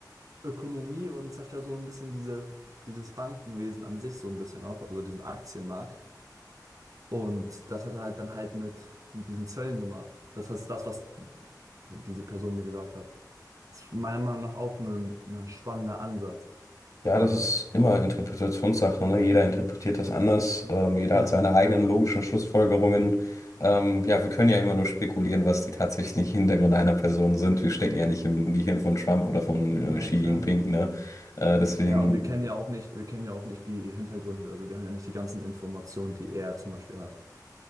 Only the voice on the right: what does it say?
Ökonomie und zerstöre so ein bisschen diese, dieses Bankenwesen an sich so ein bisschen auch, also diesen Aktienmarkt. Und das hat er halt dann halt mit, mit diesen Zöllen gemacht. Das heißt, das, was diese Person mir gesagt hat. Das ist meiner Meinung nach auch ein, ein spannender Ansatz.
Wow.
Ja,
ja,
klar.
Ja, und wir kennen ja auch nicht, wir kennen ja auch nicht die Hintergründe. Also wir haben ja nicht die ganzen Informationen, die er zum Beispiel hat.